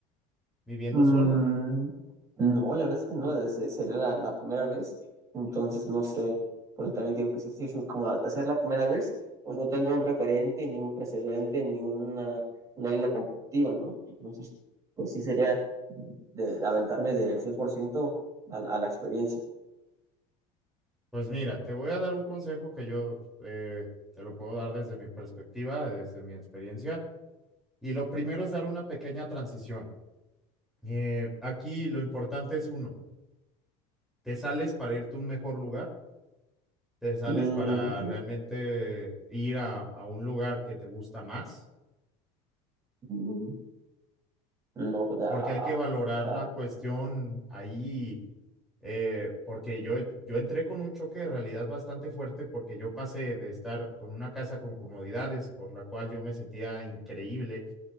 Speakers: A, in the centre; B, on the right (about 20°).
A: viviendo
B: Mm,
A: solo?
B: no, la verdad es que no, desde- sería la, la primera vez, entonces no sé, porque también digo que sí, sí, es como hacer la primera vez, pues no tengo un referente, ni un precedente, ni una, una línea competitiva, ¿no? Entonces, pues sí sería de aventarme del 100% a, la a la experiencia.
A: Pues mira, te voy a dar un consejo que yo eh, te lo puedo dar desde mi perspectiva, desde mi experiencia. Y lo primero es dar una pequeña transición. Eh, aquí lo importante es uno, te sales para irte a un mejor lugar, te sales
B: Mm,
A: para
B: sí.
A: realmente ir a, a un lugar que te gusta más,
B: mm, no, pues
A: porque
B: ah,
A: hay que valorar
B: claro.
A: la cuestión ahí, eh, porque yo, yo entré con un choque de realidad bastante fuerte porque yo pasé de estar con una casa con comodidades, por la cual yo me sentía increíble,